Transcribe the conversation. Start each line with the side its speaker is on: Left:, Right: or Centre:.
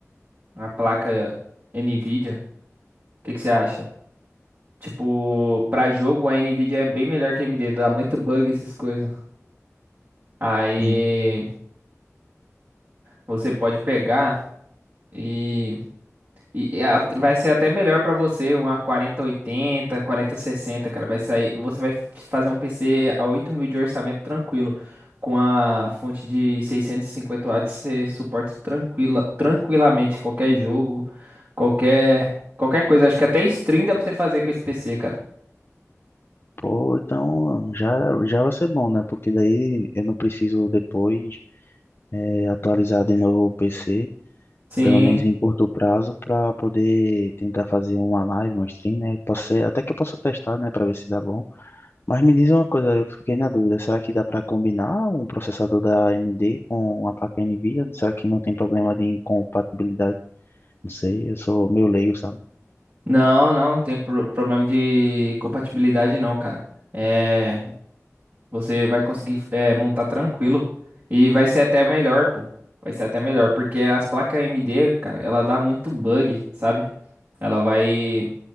Right: a placa NVIDIA. O que que você acha? Tipo, pra jogo a NVIDIA é bem melhor que a AMD, dá muito bug essas coisas. Aí
Left: Hum.
Right: você pode pegar e E e a- vai ser até melhor pra você, uma quarenta oitenta quarenta sessenta cara. Vai sair, você vai f- fazer um PC a 8 mil de orçamento tranquilo. Com a fonte de 650 watts, você suporta tranquila, tranquilamente qualquer jogo, qualquer, qualquer coisa. Acho que até stream dá pra você fazer com esse PC, cara.
Left: Pô, então já, já vai ser bom, né? Porque daí eu não preciso depois eh, atualizar de novo o PC,
Right: Sim.
Left: pelo menos em curto prazo, para poder tentar fazer uma live, um stream, né? Posso ser- até que eu possa testar, né, para ver se dá bom. Mas me diz uma coisa, eu fiquei na dúvida, será que dá para combinar um processador da AMD com a placa NVIDIA? Será que não tem problema de incompatibilidade? Não sei, eu sou meio leigo, sabe?
Right: Não, não, não tem pro- problema de compatibilidade, não, cara. É, Você vai conseguir é, montar tranquilo. E vai ser até melhor, pô. Vai ser até melhor, porque as placas AMD, cara, ela dá muito bug, sabe? Ela vai